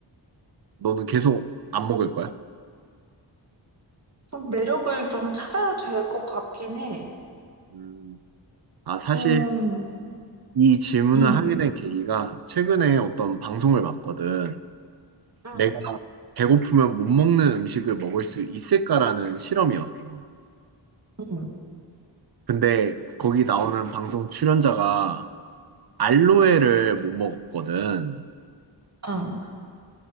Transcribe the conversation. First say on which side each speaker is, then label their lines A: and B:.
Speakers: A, on the right (about 55°); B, on the right (about 35°).
A: 너는 계속 안 먹을 거야?
B: 좀 매력을 좀 찾아야 될 것 같긴 해.
A: 음. 아, 사실
B: 좀,
A: 이 질문을
B: 응,
A: 하게 된 계기가 최근에 어떤 방송을 봤거든.
B: 응,
A: 내가 배고프면 못 먹는 음식을 먹을 수 있을까라는 실험이었어.
B: 응,
A: 근데 거기 나오는 방송 출연자가 알로에를 못 먹었거든.
B: 응.